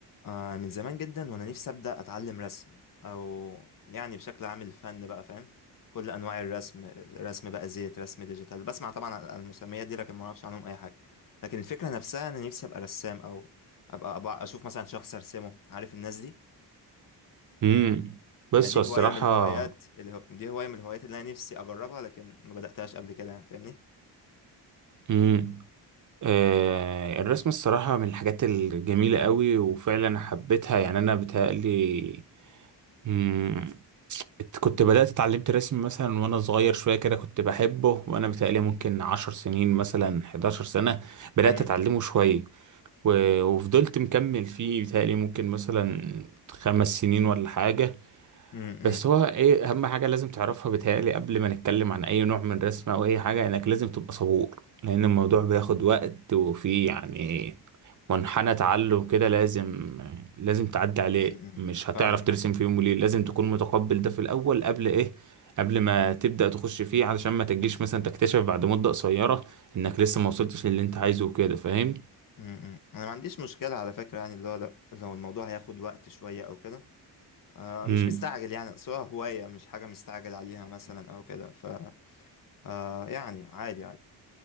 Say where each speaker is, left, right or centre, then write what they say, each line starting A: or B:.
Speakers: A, on the left; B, on the right.
A: آه من زمان جدا وانا نفسي ابدا اتعلم رسم او يعني بشكل عام الفن بقى فاهم كل انواع الرسم رسم بقى زيت رسم ديجيتال بسمع طبعا عن عن المسميات دي لكن ما اعرفش عنهم اي حاجه لكن الفكره نفسها انا نفسي ابقى رسام او ابقى, أبقى اشوف مثلا شخص ارسمه عارف الناس دي
B: امم بس
A: يعني دي
B: هو الصراحة
A: هوايه من الهوايات الهو... دي هوايه من الهوايات اللي انا نفسي اجربها لكن ما بداتهاش قبل كده يعني فاهمني
B: امم آه الرسم الصراحة من الحاجات الجميلة قوي وفعلا حبيتها يعني أنا بتهيألي امم كنت بدأت اتعلمت رسم مثلا وأنا صغير شوية كده كنت بحبه وأنا بتهيألي ممكن عشر سنين مثلا حداشر سنة بدأت
A: امم
B: أتعلمه شوية و- وفضلت مكمل فيه بتهيألي ممكن مثلا خمس سنين ولا حاجة
A: امم
B: بس هو ايه اهم حاجه لازم تعرفها بتهيألي قبل ما نتكلم عن اي نوع من الرسم او اي حاجه انك لازم تبقى صبور لان الموضوع بياخد وقت وفي يعني منحنى تعلم كده لازم لازم تعدي عليه
A: امم
B: مش هتعرف
A: فاهمك
B: ترسم
A: فاهم
B: في يوم وليله لازم تكون متقبل ده في الاول قبل ايه قبل ما تبدأ تخش فيه علشان ما تجيش مثلا تكتشف بعد مدة قصيرة انك لسه ما وصلتش للي انت عايزه وكده فاهم
A: امم انا ما عنديش مشكله على فكره يعني اللي هو لو لو الموضوع هياخد وقت شويه او كده آه، مش
B: امم
A: مستعجل يعني سواء هواية مش حاجة مستعجل عليها مثلا أو كده ف آه، يعني عادي عادي